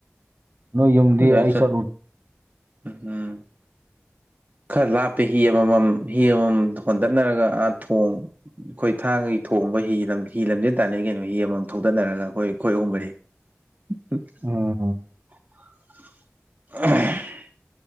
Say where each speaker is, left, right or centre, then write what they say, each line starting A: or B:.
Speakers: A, on the right (about 55°); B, on the right (about 40°).
A: ꯅꯣꯏ ꯌꯨꯝꯗꯤ
B: ꯑꯩꯈꯣꯏ ꯑꯗꯥꯏ
A: ꯑꯩ
B: ꯆꯠ
A: ꯆꯠꯂꯨ
B: ꯎꯝ ꯈꯔ ꯂꯥꯞꯄꯦ ꯍꯤ ꯑꯃꯃꯝ ꯍꯤ ꯑꯃꯃꯝ ꯍꯣꯟꯗꯅꯔꯒ ꯑꯥ ꯊꯣꯡ ꯑꯩꯈꯣꯏ ꯊꯥꯡꯒꯒꯤ ꯊꯣꯡꯕ ꯍꯤ ꯍꯤ ꯂꯝꯖꯦꯜ ꯇꯥꯟꯅ ꯀꯩꯅꯣ ꯍꯤ ꯑꯃꯃꯝ ꯊꯧꯗꯠꯅꯔꯒ ꯑꯩꯈꯣꯏ ꯑꯩꯈꯣꯏ ꯑꯍꯨꯝ ꯃꯔꯤ <unintelligible>
A: ꯎꯝ
B: <unintelligible>